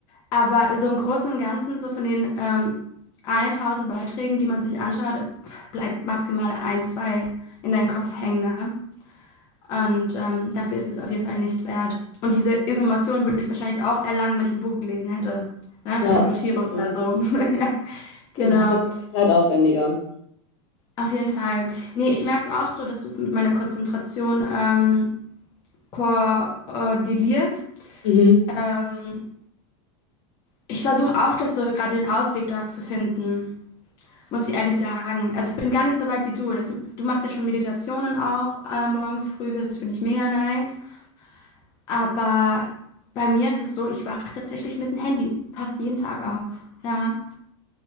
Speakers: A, on the left; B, on the left.
A: Aber in so im Großen und Ganzen, so von den ähm, 1000 Beiträgen, die man sich anschaut, bleibt maximal ein, zwei in deinem Kopf hängen, ne? Und ähm, dafür ist es auf jeden Fall nicht wert. Und diese Informationen würde ich wahrscheinlich auch erlangen, wenn ich ein Buch gelesen hätte. Ne?
B: Ja,
A: Vielleicht über Tiere
B: das stimmt.
A: oder so. <laughs> Ja, genau.
B: Es ist halt zeitaufwendiger.
A: Auf jeden Fall. Nee, ich merke es auch so, dass das mit meiner Konzentration ähm, koordiniert.
B: Mhm.
A: Ähm, ich versuche auch, das so gerade den Ausweg da zu finden. Muss ich ehrlich sagen. Also ich bin gar nicht so weit wie du. Das, du machst ja schon Meditationen auch äh, morgens früh. Das finde ich mega nice. Aber bei mir ist es so, ich wache tatsächlich mit dem Handy fast jeden Tag auf. Ja.